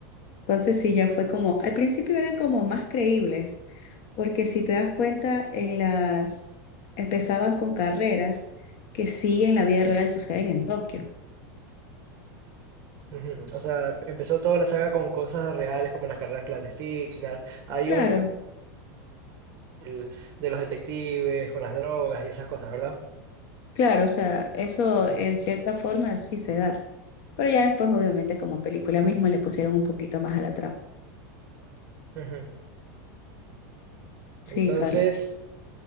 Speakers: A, on the left (about 50°); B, on the right (about 35°).
A: Entonces sí, ya fue como, al principio eran como más creíbles, porque si te das cuenta, en las, empezaban con carreras que sí en la vida real suceden en Tokio.
B: Ujú. O sea, empezó toda la saga con cosas reales como las carreras clandestinas. Hay
A: Claro,
B: un el- de los detectives con las drogas y esas cosas, ¿verdad?
A: claro, o sea, eso en cierta forma sí se da. Pero ya después, obviamente, como película mismo le pusieron un poquito más a la trama.
B: Ujú.
A: Sí,
B: Entonces.
A: Carlos.